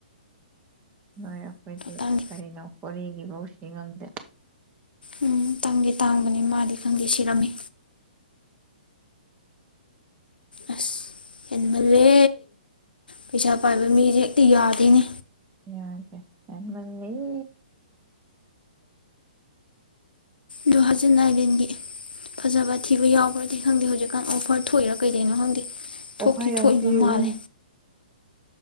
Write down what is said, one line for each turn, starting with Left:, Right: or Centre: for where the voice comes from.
Right: ꯍꯣꯏꯔꯦ ꯑꯩꯈꯣꯏꯗꯤ
Left: ꯇꯥꯡ
Right: ꯀꯩꯅꯣ ꯀꯣꯔꯤꯒꯤꯐꯧ ꯁꯤ ꯉꯝꯗꯦ
Left: ꯎꯝ ꯇꯥꯡꯗꯤ ꯇꯥꯡꯕꯅꯤ ꯃꯥꯗꯤ ꯈꯪꯗꯦ ꯁꯤꯔꯝꯃꯤ ꯑꯁ ꯍꯦꯟꯃꯜꯂꯦ ꯄꯩꯁꯥ ꯄꯥꯏꯕ ꯃꯤꯖꯦ ꯍꯦꯛꯇ ꯌꯥꯗꯦꯅꯦ
Right: <unintelligible> ꯑꯦꯃꯜꯂꯤ
Left: ꯗꯨꯍꯥꯖꯟ ꯅꯥꯔꯦꯟꯒꯤ ꯐꯖꯕ ꯊꯤꯕ ꯌꯥꯎꯕ꯭ꯔꯗꯤ ꯈꯪꯗꯦ ꯍꯧꯖꯤꯛꯀꯥꯟ ꯑꯣꯐꯔ ꯊꯣꯛꯏꯔꯥ ꯀꯩꯗꯅꯣ ꯈꯪꯗꯦ ꯊꯣꯛꯇꯤ
Right: ꯑꯣꯐꯔ ꯌꯥꯝ
Left: ꯊꯣꯛꯏꯕ
Right: ꯄꯤ
Left: ꯃꯥꯜꯂꯦ
Right: ꯎꯝ